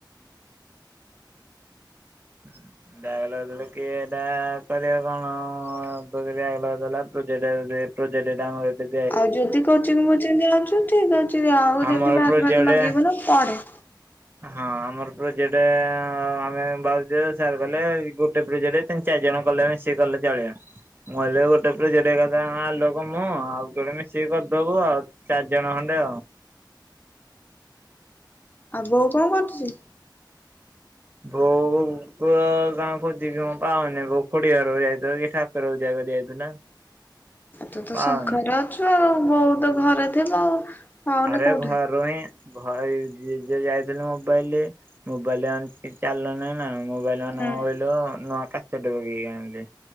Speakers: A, on the right (about 25°); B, on the left (about 25°).
A: <inaudible> ବ୍ୟାକ ଲଗେଇଦେଲେ କିଏ ଟା କରିବ କଣ ଯଦି ବ୍ୟାକ ଲଗେଇଦେଲା ପ୍ରୋଜେଟ୍ ଯଦି ପ୍ରୋଜେକ୍ଟ ଟା ଆମ ଏତେ
B: ଆଉ ଯଦି କୋଚିଂ ମୋଚିଙ୍ଗ ଦିଆହଉଛି ଠିକ୍ ଅଛି ଆଉ
A: ଆମର
B: ଯଦି ବ୍ୟାକ୍
A: ପ୍ରୋଜେକ୍ଟ
B: ଫ୍ୟାକ୍ ଲଗେଇବ ନା ପଳେ
A: ହଁ ଆମର ପ୍ରୋଜେକ୍ଟ ଆମେ ଭାବୁଛୁ ଯେ ସାର୍ କଲେ ଗୋଟେ ପ୍ରୋଜେକ୍ଟ ତିନି ଚାରି ଜଣ କଲେ ମିଶିକି କଲେ ଚଳିବ। ମୁଁ କହିଲି ଗୋଟେ ପ୍ରୋଜେକ୍ଟ ଏକାଥରେ ଆମେ ଆଲୋକ ମୁଁ ଆଉ କିଏ ଗୋଟେ ମିଶିକି କରିଦବୁ ଆଉ। ଚାରି ଜଣ ଖଣ୍ଡେ ଆଉ।
B: ଆଉ ବୋଉ କଣ କରୁଛି?
A: ବୋଉକୁ କାଁ ଖୋଜୁଛି କିି କଁ ପାଉନି ଗୋ ଗୁଡି ଘର ଯାଇଥିଲା କି ଠାକୁର ପୂଜା କରିବାକୁ ଯାଇଥିଲା। <inaudible>
B: ତୁତ
A: ପାଉନି।
B: ଶଙ୍ଖରେ ଅଛୁ ଆଉ ବୋଉ ତ ଘରେ ଥିବ ଆଉ। ପାଉନି
A: ଆରେ
B: କୋଉଠି
A: ଘ ଘରୁ ହିଁ ଘରୁ ନିଜେଯାଇଥିଲି ମୋବାଇଲ ମୋବାଇଲ ଆଣିଛି ଚାଲୁନି। ନା ମୋବାଇଲି ମାନେ
B: ହୁଁ
A: କଣ କହିଲ ନୂଆ କାଚଟେ ପକେଇକି ଆଁଣିଲି।